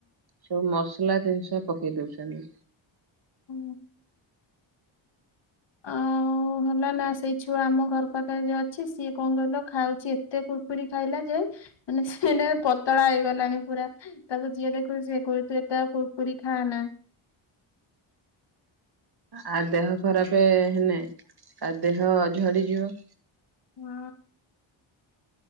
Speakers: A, on the right; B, on the left.
A: ସବୁ ମସ ସଲା ଜିନିଷ ପକେଇ ଦଉଛନ୍ତି।
B: ହୁଁ। ଆଉ ହେଲା ନା ସେଇ ଛୁଆ ଆମ ଘର ପାଖରେ ଯିଏ ଅଛି ସିଏ କଣ କହିଲ ଖାଉଛି ଏତେ କୁରକୁରି ଖାଇଲା ଯେ ମାନେ ସିଏଏଇନେ ପତଳା ହେଇଗଲାଣି ପୁରା ତାକୁ ଯିଏ ଦେଖୁଚି ସିଏ କହୁଚି ତୁ ଏତେ ଆଉ କୁୁରକୁରି ଖା ନା।
A: ଆ ଦେହ ଖରାପ ହେନେ ଆ ଦେହ ଝଡିଯିବ।
B: ହୁଁ।